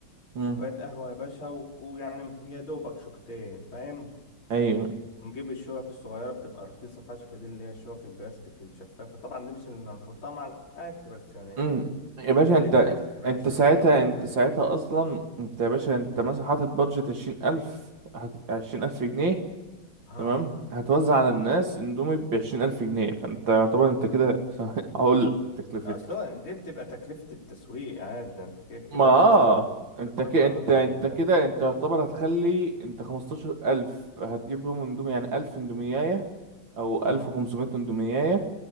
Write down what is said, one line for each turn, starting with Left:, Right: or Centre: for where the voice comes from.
Right: مم.
Left: كوباية قهوة يا باشا و- ويعني هي دوبك شوكتين فاهم
Right: ايوه
Left: ونجيب الشوك الصغيرة بتبقى رخيصة فشخ دي اللي هي الشوك البلاستيك الشفافة طبعا دي مش اللي هنحطها مع الأكل بس يعني
Right: امم يا باشا
Left: دي
Right: انت
Left: للتيست بس
Right: انت ساعتها
Left: يعني
Right: انت ساعتها اصلا انت يا باشا انت مثلا حاطط بادجت عشرين الف هت... عشرين الف جنيه
Left: ها
Right: تمام هتوزع على الناس اندومي بعشرين الف جنيه فانت يعتبر انت كده <laughs> هقول لك تكلفة
Left: أصل هو دي بتبقى تكلفة التسويق عادي أنت كده كده
Right: ما اه
Left: بتسوق
Right: انت
Left: بمبلغ
Right: كده انت
Left: أكبر
Right: انت
Left: من ده
Right: كده انت يعتبر هتخلي انت خمستاشر الف هتجيب بيهم اندومي يعني الف اندومياية او
Left: اه
Right: الف وخمسمية اندومياية،